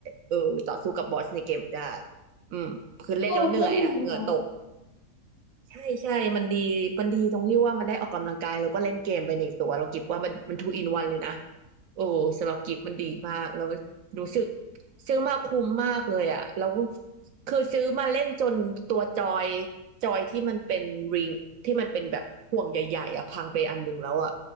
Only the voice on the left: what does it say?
เออก็ดีนะคะ